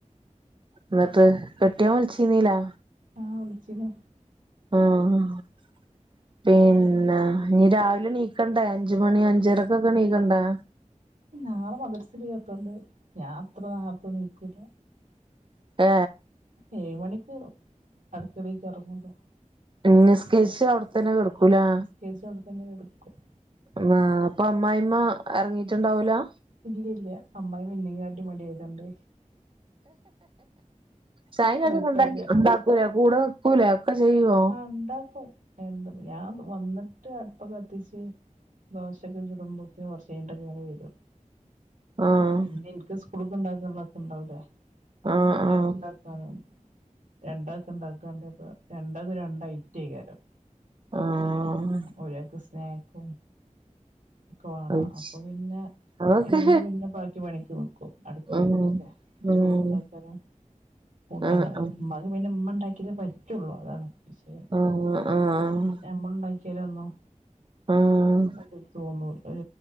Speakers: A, on the right; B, on the right.
A: ഇന്നട്ട് കെട്ടിയോൻ വിള്ച്ചീന്നീലേ
B: ആഹ് വിളിചീന്നു
A: ആഹ് ആഹ് പിന്നെ ഇഞ്ഞ് രാവിലെ ണീക്കണ്ടേ. അഞ്ച് മണി അഞ്ചരക്കൊക്കെണീക്കണ്ടേ
B: നാളെ മദ്രസ്സ് ഇല്ലാത്തോണ്ട് ഞാൻ അത്ര നേർത്തെ നീക്കൂല
A: ഏ
B: ഏഴ് മണിക്ക് അട്ക്കളീക്ക് എർങ്ങൂലാ
A: ഏ നിസ്കെർച്ച് അവിടെ തന്നെ കെട്ക്കൂലെ
B: കർച്ച് അവിടെ തന്നെ കെട്ക്കും
A: ആഹ് അപ്പൊ അമ്മായിമ്മ എർങ്ങീട്ടുണ്ടാവൂല
B: ഇല്ല ല്ല അമ്മായിയമ്മ എന്നേം കാട്ടിലും മടിയായതോണ്ടെ
A: ചായേം
B: കൊഴപ്പല്ല
A: കടിയൊന്നും <unintelligible> ഇണ്ടാക്കൂല കൂടെ നിക്കൂലെഒക്കെ ചെയ്യോ
B: ആഹ് ഉണ്ടാക്കും എന്ത് ഞാൻ വന്നിട്ട് അട്പ്പ് കത്തിച്ച് ദോശൊക്കെ ചുടുമ്പോത്തെ കൊർച്ചഴ്ഞ്ഞിട്ടൊക്കെ ഇങ്ങനെ വെരും
A: ആഹ്
B: പിന്നെ ഇൻക്ക് സ്കൂള്ക്ക്ണ്ടാക്ക്നൊക്കെ ഇണ്ടാവുലേ
A: ആഹ്
B: കുട്ടിയേൾക്ക്
A: ആഹ്
B: ഇണ്ടാക്കാനും രണ്ടാക്ക്ണ്ടാക്കാണ്ടപ്പം രൺ അത് രണ്ടയ്റ്റെകാരം
A: ആഹ്
B: ഒരാക്ക് സ് സ്നേക്കും ഒക്കെ വേണ
A: അയ്ശ്
B: അപ്പൊ പിന്നെ
A: അതൊക്കെ
B: ഇമ്മ പിന്നെ ബാക്കി പണിക്ക് നിക്കും അടുക്കളീത്തെക്കെ
A: ഉം ഉം
B: ചോറുണ്ടാക്കാനും കൂട്ടാണ്ടാ
A: ആഹ് ആഹ്
B: ഇമ്മാക്ക് പിന്നെ ഇമ്മണ്ടാക്കിയതേപറ്റുള്ളൂ അതാണ് വിശയം
A: ആഹ് ആഹ്
B: ഞമ്മള്ണ്ടാക്കിയാലൊന്നും
A: ആഹ്
B: പറ്റത്തി തോന്നുള്ളു ഒർ